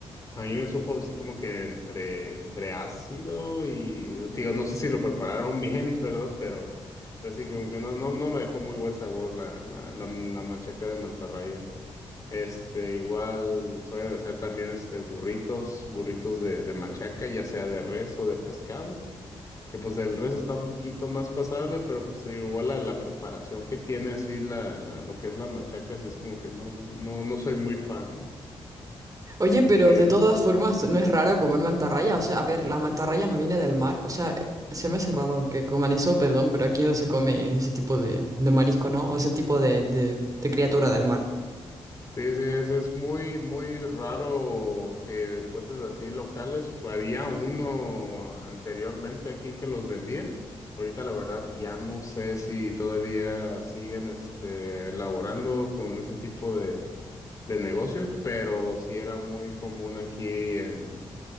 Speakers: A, on the left (about 35°); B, on the right (about 35°).
A: a mí me supo así como que entre, entre ácido y, te digo, no sé si lo prepararon <laughs> bien, ¿verdad? Pero, pero sí como que no, no, no me dejó muy buen sabor la, la, la, la machaca de mantarraya. Este, igual suelen hacer también este burritos, burritos de, de machaca, ya sea de res o de pescado. Que pues el res está un poquito más pasable, pero pues te digo, igual la, la preparación que tiene así la, la, lo que es la machaca, así es como que no, no, no soy muy fan, ¿no?
B: Oye, pero
A: Eh,
B: de todas formas, no es raro comer mantarraya. O sea, a ver, la mantarraya no viene del mar. O sea, se me hace raro que coman eso, perdón, pero aquí no se come ese tipo de, de marisco, ¿no? O ese tipo de, de, de criatura del mar.
A: Sí, sí, es, es muy, muy raro que encuentres así locales. Había uno anteriormente aquí que los vendía. Ahorita la verdad ya no sé si todavía siguen este, elaborando con ese tipo de, de negocio, pero sí era muy común aquí en...